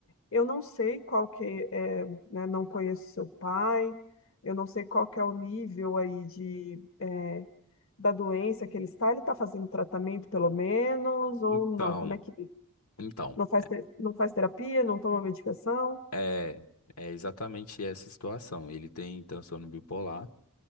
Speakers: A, on the left; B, on the left.
A: Eu não sei qual que é, né, não conheço seu pai, eu não sei qual que é o nível aí de, é, da doença que ele está. Ele está fazendo tratamento pelo menos ou
B: Então,
A: não? Como é que
B: então,
A: não faz, te- não faz terapia, não toma medicação?
B: é, é é exatamente essa situação. Ele tem transtorno bipolar